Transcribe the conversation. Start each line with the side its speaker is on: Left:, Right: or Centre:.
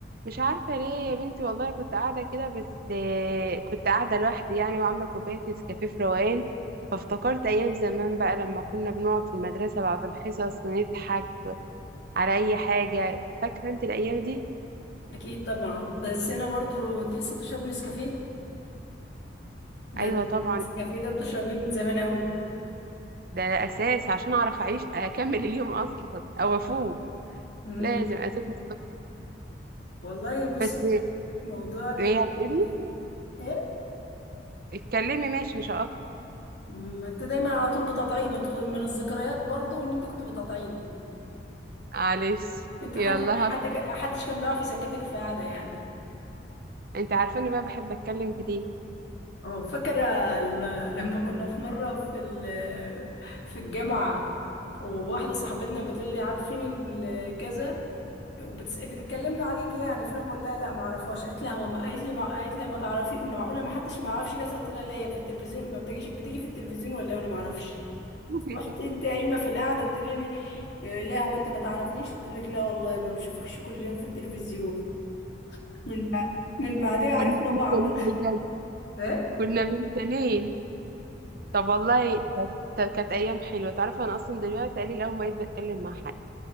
Right: مش عارفة ليه يا بنتي والله كنت قاعدة كده بس آه، كنت قاعدة لوحدي يعني وعاملة كوباية نسكافيه في روقان فافتكرت أيام زمان بقى لما كنا بنقعد في المدرسة بعد الحصص ونضحك على أي حاجة فاكرة أنت الأيام دي؟
Left: اكيد طبعا بس انا برضو انت لسه بتشربي نسكافيه ده
Right: أيوة
Left: انت
Right: طبعا
Left: النسكافيه ده بتشربيه من زمان قوي
Right: ده ده أساس عشان أعرف أعيش أكمل اليوم أصلا أو أفوق
Left: امم
Right: لازم أساس مستقر.
Left: والله بص
Right: بس
Left: موضوع ال...
Right: هي هتقولي
Left: ال- ايه
Right: اتكلمي ماشي مش هقطع
Left: ما انت دايما على طول بتقاطعيني انت من الذكريات برضو ان انت كنت بتقاطعيني
Right: معلش
Left: انت
Right: يلا
Left: حد حد
Right: هص...
Left: حدش كان بيعرف يسكتك في قعده يعني
Right: أنت عارفة إني بقى بحب أتكلم كتير
Left: اه فاكرة ال- لما كنا في مرة في ال- في الجامعة وواحدة صاحبتنا بتقول لي عارفين ال- كذا وبتس- بتكلمني عليك يعني فانا بقول لها لا ما اعرفهاش قالت لها هو ما قالت لي ما قالت لي ما تعرفي معقولة ما حدش ما يعرفش كذا قلت لها لا هي في التلفزيون ما بتجيش بتيجي في التلفزيون ولا إيه؟ وانا ما اعرفش
Right: <laughs>
Left: رحت انت قايمة في القعدة بتقولي لي إيه، لا هو انت ما تعرفنيش قلت لك لا والله ما بشوفكش كل يوم في التلفزيون من بعد من بعدها عرفنا
Right: كنا بنتكلم
Left: بعض <laughs>
Right: بجد
Left: ايه
Right: كنا من سنين طب والله كانت كانت كانت ايام حلوه تعرف انا اصلا دلوقتي قليل اول ما بقيت بتكلم مع حد